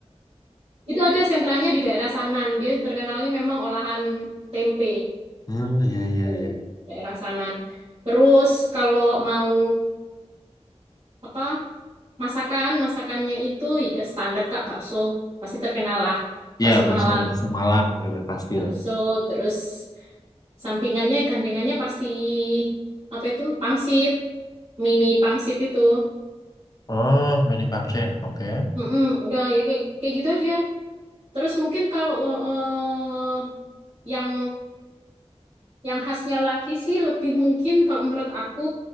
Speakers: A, on the right; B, on the left.
A: Itu ada sentranya di daerah Sanan, dia terkenalnya memang olahan tempe,
B: Hmm, ya ya
A: tuh
B: ya.
A: daerah Sanan. Terus kalau mau apa? Masakan, masakannya itu ya standar Kak, bakso. Pasti terkenal lah. Bakso
B: Ya, bakso,
A: Malang,
B: bakso Malang, udah pasti
A: bakso,
B: tuh.
A: terus sampingannya, gandengannya pasti apa itu? Pangsit, mie pangsit itu.
B: Oh, mini pangsit, oke.
A: Mm-mm, udah ya kayak, kayak gitu aja. Terus mungkin kalau eh, yang yang khasnya lagi sih lebih mungkin kalau menurut aku